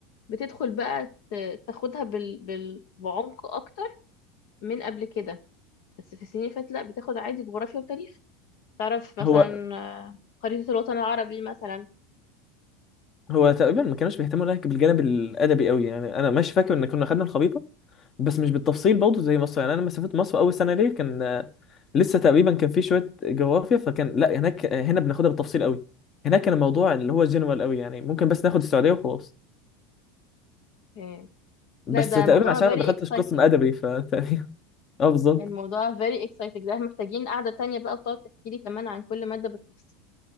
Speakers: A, on the left (about 65°); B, on the left (about 40°).
A: بتدخل بقى ت- تاخدها بال... بال... بعمق أكتر من قبل كده بس في السنين اللي فاتت لأ بتاخد عادي جغرافيا وتاريخ تعرف مثلا
B: هو
A: آه، خريطة الوطن العربي مثلا
B: هو تقريبا ما كانوش بيهتموا لك بالجانب الادبي قوي يعني انا ماشي فاكر ان كنا خدنا الخريطه بس مش بالتفصيل برضه زي مصر يعني انا لما سافرت مصر اول سنه ليا كان آه، لسه تقريبا كان في شويه جغرافيا فكان لا هناك آه، هنا بناخدها بالتفصيل قوي هناك كان الموضوع اللي هو جنرال قوي يعني ممكن بس ناخد السعوديه وخلاص
A: آه،
B: بس
A: لا ده
B: تقريبا
A: موضوع
B: عشان
A: very
B: ما دخلتش
A: exciting
B: قسم ادبي فتقريبا <laughs> اه بالظبط
A: الموضوع very exciting ده محتاجين قعدة تانية بقى وتقعد تحكي لي كمان عن كل مادة بالتفصيل